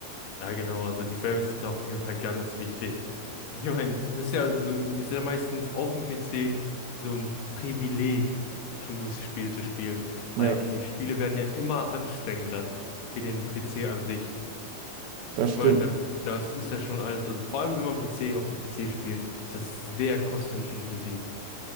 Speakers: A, on the left (about 85°); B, on the right (about 75°).
A: Ja, genau, also die Frames sind da auf jeden Fall ganz wichtig. Ich meine, das ist ja so, ist ja meistens auf dem PC so ein Privileg, schon gewisse Spiele zu spielen,
B: ja,
A: weil die Spiele werden ja immer anstrengender für den PC an sich.
B: das
A: Ich
B: stimmt.
A: meine, da, das ist ja schon alles, also vor allem wenn man PC auf dem PC spielt, ist das sehr kostenintensiv.